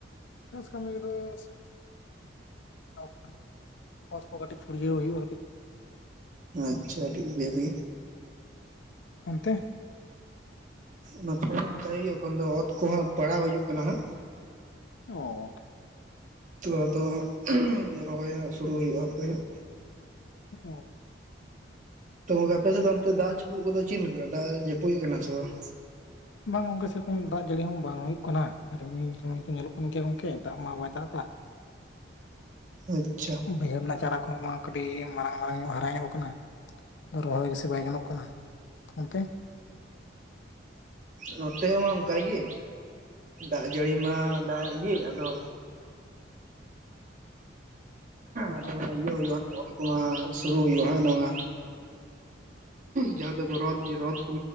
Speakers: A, on the left (about 75°); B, on the right (about 40°).
A: ᱪᱟᱥ ᱠᱟᱹᱢᱤ ᱠᱚ ᱫᱚ ᱥᱮᱜ ᱚᱠ ᱚᱛ ᱠᱚ ᱠᱟᱹᱴᱤᱡ ᱯᱷᱩᱨᱭᱟᱹᱭ ᱦᱩᱭᱩᱜᱼᱟ ᱠᱟᱹᱴᱤᱡ
B: ᱟᱪᱪᱷᱟ ᱟᱹᱰᱤ ᱵᱮᱥ ᱜᱮ
A: ᱚᱱᱛᱮ
B: ᱱᱚᱛᱮ ᱫᱚ ᱚᱱᱠᱟᱜᱮ ᱮᱱᱠᱷᱟᱱ ᱫᱚ ᱚᱛ ᱠᱚᱦᱚᱸ ᱯᱟᱲᱟᱣ ᱦᱩᱭᱩᱜ ᱠᱟᱱᱟ ᱦᱟᱸᱜ
A: ᱚᱻ
B: ᱛᱩ ᱟᱫᱚ ᱩᱱᱤ ᱨᱚᱦᱚᱭ ᱦᱟᱸᱜ ᱥᱩᱨᱩ ᱦᱩᱭᱩᱜᱼᱟ ᱦᱟᱯᱮ ᱦᱟᱸᱜ
A: ᱚ
B: ᱛᱚ ᱜᱚᱢᱠᱮ ᱟᱯᱮ ᱥᱮᱫ ᱫᱚ ᱚᱱᱛᱮ ᱫᱟᱜ ᱡᱟ. ᱯᱩᱫ ᱠᱚᱫᱚ ᱪᱮᱜ ᱞᱮᱠᱟ ᱫᱟᱜ ᱡᱟᱹᱯᱩᱜ ᱮ ᱠᱟᱱᱟ ᱥᱮ ᱵᱟᱝ
A: ᱵᱟᱝ ᱜᱚᱝᱠᱮ ᱥᱮᱨᱚᱠᱚᱢ ᱫᱟᱜ ᱡᱟᱹᱲᱤ ᱦᱚᱸ ᱵᱟᱝ ᱦᱩᱭᱩᱜ ᱠᱟᱱᱟ ᱨᱤᱢᱤᱞ ᱨᱤᱢᱤᱞ ᱧᱮᱞᱚᱜ ᱠᱟᱱᱟ ᱜᱚᱝᱠᱮ ᱜᱚᱝᱠᱮ ᱫᱟᱜ ᱢᱟ ᱵᱟᱭ ᱫᱟᱜ ᱫᱟ
B: ᱟᱪᱪᱷᱟ
A: ᱵᱟᱹᱭᱦᱟᱹᱲ ᱨᱮᱱᱟᱜ ᱪᱟᱨᱟ ᱠᱚᱦᱚᱸ ᱢᱟ ᱠᱟᱹᱴᱤᱡ ᱢᱟᱨᱟᱝ ᱢᱟᱨᱟᱝ ᱧᱚᱜ ᱦᱟᱨᱟ ᱧᱮᱞᱚᱜ ᱠᱟᱱᱟ ᱨᱚᱦᱚᱭ ᱜᱮᱥᱮ ᱵᱟᱭ ᱜᱟᱱᱚᱜ ᱠᱟᱱᱟ ᱚᱱᱛᱮ
B: ᱱᱚᱛᱮ ᱦᱚ ᱚᱱᱠᱟ ᱜᱤ ᱫᱟᱜ ᱡᱟᱹᱲᱤ ᱢᱟ ᱫᱟᱜᱮᱜ ᱜᱤ ᱟᱫᱚ
A: ᱚ
B: ᱟᱫᱚ ᱤᱭᱟᱹ ᱦᱩᱭᱩᱜᱼᱟ ᱚᱭ ᱠᱚᱢᱟ ᱥᱩᱨᱩ ᱦᱩᱭᱩᱜᱼᱟ ᱦᱟᱜ ᱱᱚᱣᱟ ᱡᱟᱦᱟᱸ ᱫᱚᱠᱚ ᱨᱚᱛ ᱨᱚᱛ ᱠᱚ